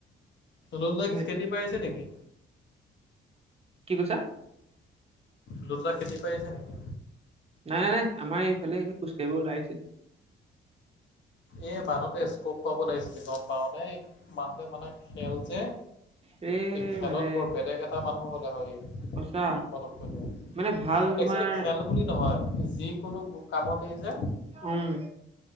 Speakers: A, on the left; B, on the right.
A: লোলোদা
B: হে
A: কি খেতি পৰা আহিছে নেকি?
B: কি কৈছা?
A: লোলল দা খেতি পৰা আহিছে নেকি,
B: নাই নাই আমাৰ এইফালেই এনে খোজ কাহিব ওলাই আহিছে।
A: এই বান্ধটে স্কোপ পাব লাগিছিলে গ'ম পাৱনে মানুহে মানে খেল যে
B: এ
A: ই খেলত
B: মানে
A: বৰ বেলেগ এটা মানুহ হ'লে হয়ই।
B: সঁচা
A: কথা নোখোনে
B: মানে ভাল তোমাৰ
A: এক্সচোৱেলি খেল বুলি নহয়, যি কোনো কামতেই যে
B: উম।